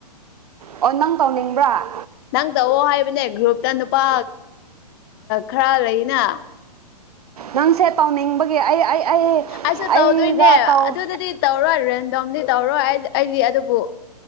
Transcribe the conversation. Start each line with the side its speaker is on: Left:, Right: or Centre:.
Right: ꯑꯣ ꯅꯪ ꯇꯧꯅꯤꯡꯕ꯭ꯔꯥ
Left: ꯅꯪ ꯇꯧꯋꯣ ꯍꯥꯏꯕꯅꯦ ꯒ꯭ꯔꯨꯞꯇ ꯅꯨꯄꯥ ꯈꯔ ꯂꯩꯅ
Right: ꯅꯪꯁꯦ ꯇꯧꯅꯤꯡꯕꯒꯤ ꯑꯩ ꯑꯩ ꯑꯩ
Left: ꯑꯩꯁꯨ
Right: ꯑꯩꯒ
Left: ꯇꯧꯗꯣꯏꯅꯦ
Right: ꯇꯧ
Left: ꯑꯗꯨꯗꯗꯤ ꯇꯧꯔꯣꯏ ꯔꯦꯟꯗꯝꯗꯤ ꯇꯧꯔꯣꯏ ꯑꯩꯗꯤ ꯑꯗꯨꯕꯨ